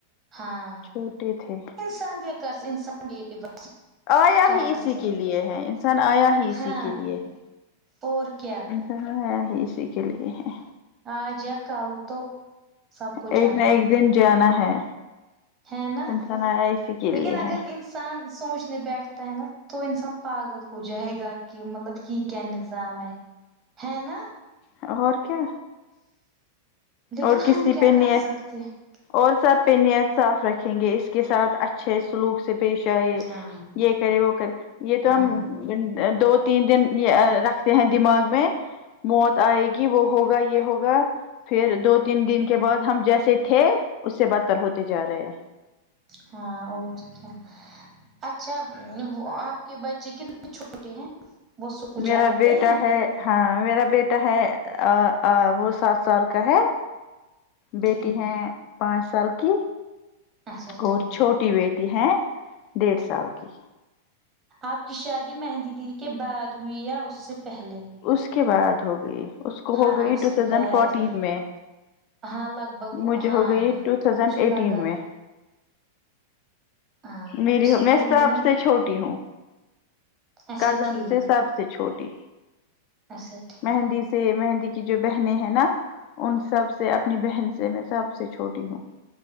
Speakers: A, on the right; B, on the left.
A: ہاں
B: چھوٹے تھے
A: انسان کیا کر انسان بس
B: آیا
A: کیا
B: ہی
A: کر
B: اسی
A: سکتے
B: کے لیے ہے انسان آیا ہی اسی
A: ہاں
B: کے لیے ہے
A: اور کیا
B: ہیں ہی اسی کے لیے ہے
A: آج یا کل تو سب کو
B: ایک
A: جانا
B: نہ ایک
A: ہے
B: دن جانا ہے
A: ہے نا
B: انسان آیا اسی کے
A: لیکن
B: لیے
A: اگر
B: ہے
A: ان انسان سوچنے بیٹھتا ہے نا تو انسان پاگل ہو جائے گا کی مطلب یہ کیا نظام ہے ہے نا
B: ہاں اور کیا
A: لیکن
B: اور کسی
A: ہم کیا
B: پہ نی
A: کر سکتے ہیں۔
B: اور سب پہ نیت صاف رکھیں گے اس کے ساتھ اچھے سلوک سے پیش آئے
A: ہاں
B: یہ کرے وہ کرے یہ تو
A: ہاں
B: ہم دو تین دن یہ رکھتے ہیں دماغ میں موت آئے گی وہ ہوگا یہ ہوگا پھر دو تین دن کے بعد ہم جیسے تھے اس سے بدتر ہوتے جا رہے ہیں
A: ہاں اور کیا اچھا آپ کے بچے کتنے سال کے ہیں وہ اسکول
B: میرا
A: جاتے
B: بیٹا
A: ہیں
B: ہے ہاں میرا بیٹا ہے آ آ وہ سات سال کا ہے بیٹی
A: ٹھیک
B: ہے پانچ سال کی
A: اچھا ٹھیک
B: اور چھوٹی بی ٹی ہے ڈیڑھ سال کی
A: آپ کی شادی مہندی دی کے بعد ہوئی ہے یا اس سے پہلے
B: اس کے بعد ہو گئی اس کو
A: ہاں
B: ہو گئی
A: اس
B: ٹو
A: کے
B: تھازینڈ
A: بعد
B: فورٹین میں
A: ہاں لگ بھگ
B: مجھے
A: ہاں
B: ہو گئی ٹو تھازینڈ
A: مجھے
B: ایٹین
A: لگا
B: میں
A: ہاں
B: میری
A: اس کو
B: میں
A: ہوئی
B: سب
A: نا
B: سے چھوٹی ہوں
A: اچھا
B: کزن
A: ٹھیک
B: سے سب سے چھوٹی
A: اچھا ٹھیک
B: مہندی سے مہندی کی جو بہنیں ہیں نا ان سب سے اپنی بہن سے میں سب سے چھوٹی ہوں